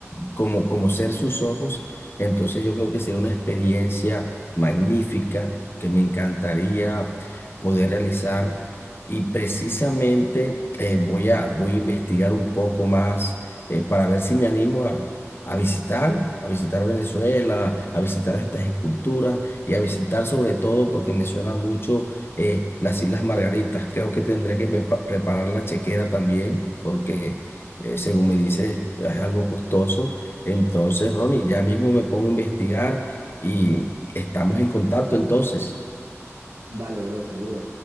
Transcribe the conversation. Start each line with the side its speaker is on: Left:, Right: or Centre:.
Left: como, como ser sus ojos, entonces yo creo que sería una experiencia magnífica que me encantaría poder realizar. Y precisamente eh, voy a, voy a investigar un poco más eh, para ver si me animo a visitar, a visitar Venezuela, a visitar estas esculturas y a visitar sobre todo, porque me suena mucho eh, las Islas Margaritas. Creo que tendré que prepa- preparar la chequera también, porque eh, según me dices es algo costoso. Entonces, Ronnie, ya mismo me pongo a investigar y estamos en contacto entonces.
Right: Dale, bro, seguro.